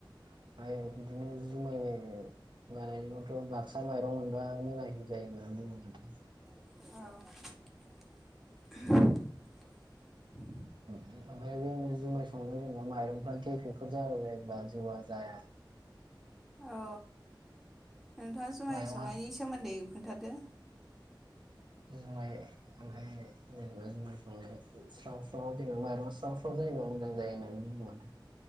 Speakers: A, on the right; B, in the centre.
A: ओमफाय बिदिनो जुमाय बानायनायथ' बाक्सा माइरं मोनबा मोजांसिन जायो होनना बुङो माथो।
B: औ। <inaudible>
A: <unintelligible> जुमाय संनो जेनेबा माइरंफ्रा गेफेफोर जाबाय जायोब्ला जौआ जाया
B: औ नोंथाङा जुमाय
A: माइरङा
B: संनायनि सोमोन्दै खोन्थादो।
A: जुमाय ओमफ्राय जेनेबा जुमाय संनायाव स्राव स्राव जेनेबा मा स्राव स्राव जायोबा मोजां जायो होननानै बुङो माथो।